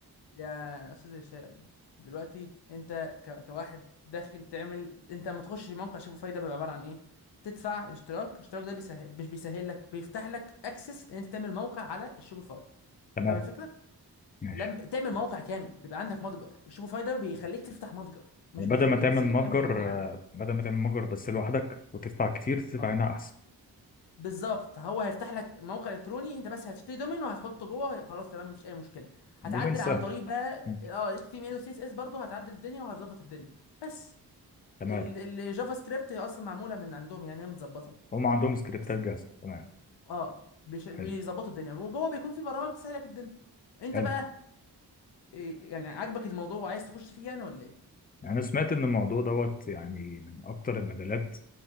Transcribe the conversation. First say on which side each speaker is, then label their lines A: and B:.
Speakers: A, on the left (about 80°); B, on the left (about 20°).
A: يا استاذ هشام دلوقتي انت ك... كواحد داخل تعمل انت لما تخش موقع شبه فايده بيبقى عباره عن ايه تدفع الاشتراك الاشتراك ده بيسهل... مش بيسهل لك بيفتح لك اكسس ان انت تعمل موقع على الشوبيفاي
B: تمام
A: فاهم الفكره
B: ماشي
A: لما تعمل موقع كامل بيبقى عندك متجر الشوبيفاي ده بيخليك تفتح متجر مش
B: يعني
A: بيخليك
B: بدل ما تعمل
A: تس... تعمل
B: متجر
A: حاجه معينه
B: آه، بدل ما تعمل متجر بس لوحدك وتدفع كتير تدفع
A: اه
B: هنا أحسن
A: بالظبط هو هيفتح لك موقع الكتروني انت بس هتشتري دومين وهتحطه جوه ويبقى خلاص تمام مفيش اي مشكله هتعدل
B: دومين سهل
A: عن طريق بقى
B: ماشي.
A: اه اتش تي ام ال وسي اس اس برضه هتعدل الدنيا وهتظبط الدنيا بس
B: تمام
A: ال- الجافا سكريبت اصلا معموله من عندهم يعني هي متظبطه
B: هم عندهم سكريبتات
A: بس
B: جاهزة تمام
A: اه بيش- بيظبطوا
B: حلو
A: الدنيا وجوه بيكون في برامج تسهل لك الدنيا انت
B: حلو
A: بقى إيه يعني عاجبك الموضوع وعايز تخش فيه يعني ولا ايه
B: يعني أنا سمعت إن الموضوع دوت يعني من أكتر المجالات